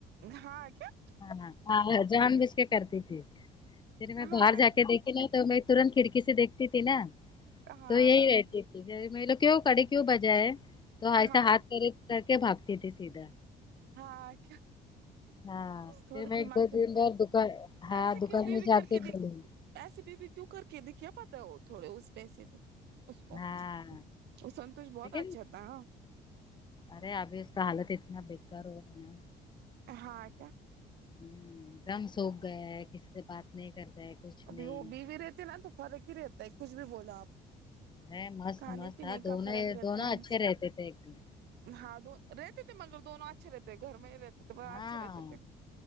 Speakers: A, on the right; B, on the left.
A: ہاں آ کیا
B: ہاں ہاں ہاں جانبوچ کے کرتی تھی پھر میں
A: ہاں
B: باہر جا کے دیکھی تو میں ترنت کھڑکی سے دیکھتی تھی نا
A: ہاں
B: تو یہی
A: ہاں
B: رہتھی لو کیوں کڑے کیوں بجائے تو ایسا
A: ہاں
B: ہاتھ کے کر کے بھاگتی تھی سیدھا
A: ہاں کیا
B: ہاں
A: تھوڑے
B: پھر میں
A: دماغ
B: ایک دو
A: سے
B: دن اور دکان ہاں
A: ایسے
B: دکان
A: کیوں بھی
B: میں
A: بھی
B: جا
A: کر کے دیکھ
B: بولی
A: ایسے بھی بھی کیوں کر کے دکھیا پتا ہے ہو تھوڑے اس پیسے میں اس کو
B: ہاں
A: وہ سنتوش بہت
B: لیکن
A: اچھا تھا
B: ارے ابھی اس کا حالت اتنا بیکار ہوا ہے نا
A: ہاں کیا
B: ایک دم سوکھ گیا ہے کسی سے بات نہیں کرتا ہے کچھ
A: ابھی
B: نہیں
A: ہو بیوی رہتے ہے نا تو فرق ہی رہتا ہے کچھ بھی بولا آپ
B: میں مست
A: کھانے
B: مست
A: پینے
B: ہاں دونوں
A: کا فرق رہتا
B: دونوں
A: ہے
B: اچھے رہتے تھے ایک دم
A: ہاں دون رہتے تھے مگر دونوں اچھے رہتے گھر میں ہی رہتے تھے اچھے
B: ہاں
A: رہتے تھے